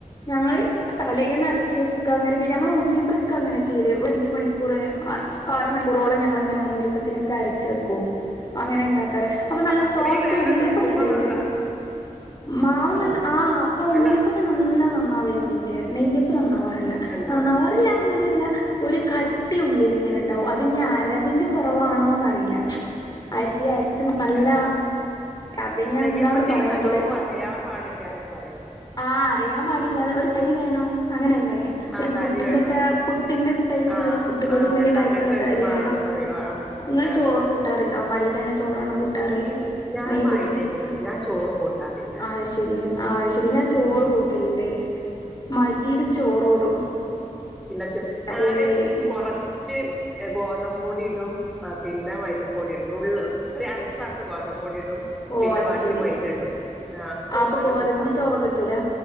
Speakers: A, on the left; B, in the centre.
A: ഞങ്ങള് തലേന്നരച്ച് ക്ക അങ്ങനെ ഞങ്ങൾ ഉണ്ണിപ്പ്രക്ക അങ്ങനെ ചെയ്യല് അഞ്ച മണിക്കൂറ് ആറ് മണിക്കൂറോളം ഞങ്ങളിങ്ങനെ ഉണ്ണിപ്പത്തിനൊക്കെ അരച്ചു വെക്കും അങ്ങനെ ഉണ്ടാക്കാറ് അപ്പൊ നല്ല
B: അത്രയും
A: സോഫ്റ്റ്
B: നേരം
A: ഉണ്ണിയപ്പം
B: നിക്കുമ്പോ
A: കിട്ടല്ലേ
B: നന്താ
A: മാവ് നല്ല
B: ആഹ്
A: ആ
B: അല്ല
A: നല്ല നന്നാവലതിന്റെ നെയ്യപ്പം നന്നാവാറില്ല
B: ഉണ്ടാവൂലേ
A: നന്നവാറില്ല ഇങ്ങനെയല്ല
B: ആഹ്
A: ഒരു കട്ടിയുള്ളിൽ ഇങ്ങനെ
B: ഏഹ്
A: ഉണ്ടാവും അ അതിനി അരവിന്റെ കുറവാണോന്ന് അറിയില്ല അരി അരച്ച അല്ല
B: ഏഹ്
A: അത് ഞാൻ
B: നെയ്യപ്പത്തിന്
A: എന്താന്ന് പറയാനട്ടില്ല
B: നല്ലോ അരയാൻ പാടില്ലാന്ന് പറയാത്
A: ആഹ് അറിയാൻ പാടില്ലാതെ ഒരു തരി വേണോ അങ്ങനെയല്ലേ ഒരു
B: ആഹ് തരി
A: പുട്ടിന്റെക്കെ
B: വേണം
A: പുട്ടിന്റെക്കെ ടൈപ്പുള്ള
B: ആഹ്
A: പുട്ടുപൊടീന്റെ
B: ആഹ് അങ്ങനെ
A: ഒക്കെ ടൈപ്പ്ള്ള
B: അങ്ങനത്തെ ഒരിത്
A: തരി
B: മാണന്ന്
A: വേണം
B: പറയും ആഹ്
A: നിങ്ങള്
B: ആഹ്
A: ചോറ് കൂട്ടാറുണ്ടോ മൈതന ചോറണോ കൂട്ടാറ്
B: ഇൽ ഞാൻ
A: നെയപ്പത്തിന്
B: മൈദേ കൂട്ടല് ഞാൻ ചോറ് കൂട്ടാറില്ല
A: ആഹ് ശരി ആ ശരി ഞാൻ ചോറ്
B: ഉം
A: കൂട്ടലണ്ട് മൈതീടും ചോറോട
B: ഇല്ലച്ച ഞാന്
A: ഉള്ളില്
B: കൊറച്ച് ഗോതമ്പ് പൊടി ഇടും ആ പിന്നെ മൈതപ്പൊടി ഇടുന്നുള്ള് ഒരു അരക്ലാസ് ഗോതമ്പ് പൊടി ഇടും
A: ഓ
B: പിന്നെ
A: അത്
B: ബാക്കി
A: ശെരി
B: മൈദ ഇടും ആഹ് ചോറിട്
A: ആപ്പൊ ഗോതമിന്റെ
B: കൂട്ടാറില്ല
A: ചെവ കിട്ടൂല